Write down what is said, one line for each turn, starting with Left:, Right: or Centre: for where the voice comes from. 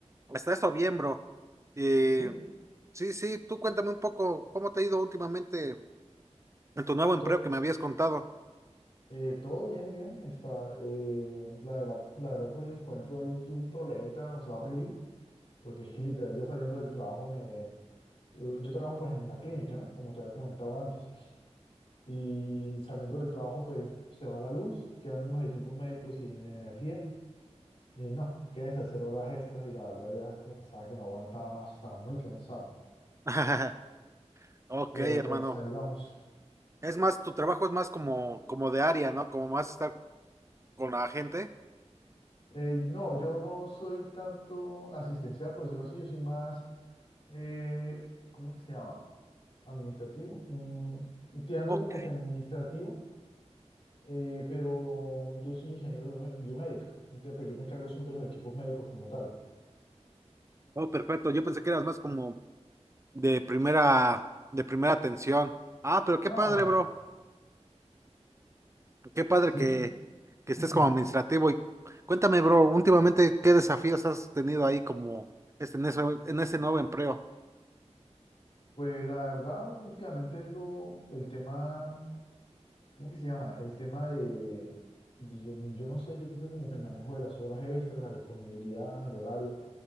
Right: está eso bien, bro. Y
Left: Sí,
Right: sí, sí, tú cuéntame un poco cómo te ha ido últimamente en tu nuevo empleo
Left: to-
Right: que me habías contado.
Left: eh, todo bien, bien. Está, eh, la verdad, la verdad, pues, por ejemplo, hoy tuve un problemita, o sea, horrible, porque es que literal ya saliendo del trabajo me... Yo trabajo, pues, en la clínica, ¿no? Como te había comentado antes. Y saliendo del trabajo, pues, se va la luz, quedan unos equipos médicos sin energía. Y no, qué es hacer horas extras y la verdad ya como que estaba que no aguantaba más, estaba muy cansado.
Right: <laughs> Ok,
Left: Pero
Right: hermano.
Left: pues ahí vamos.
Right: Es más, tu trabajo es más como, como de área, ¿no? Como más estar con la gente.
Left: Eh, no, yo no soy tanto asistencial, por decirlo así, yo soy más, eh, ¿cómo que se llama? Administrativo. mm, tirando
Right: Ok.
Left: como que administrativo, eh, pero yo soy ingeniero biome- biomédico. Entonces, pues yo me encargo son de los equipos médicos como tal.
Right: Oh, perfecto. Yo pensé que eras más como de primera, de primera atención. Ah, pero
Left: No,
Right: qué padre, bro. Qué padre
Left: sí,
Right: que, que estés
Left: <clears throat>
Right: como administrativo y cuéntame, bro, últimamente qué desafíos has tenido ahí como este, en ese, en ese nuevo empleo.
Left: pues la verdad, últimamente es lo, el tema. ¿Cómo que se llama? El tema de, de yo, no sé, yo creo que como que el manejo de las horas extras, la disponibilidad, el horario,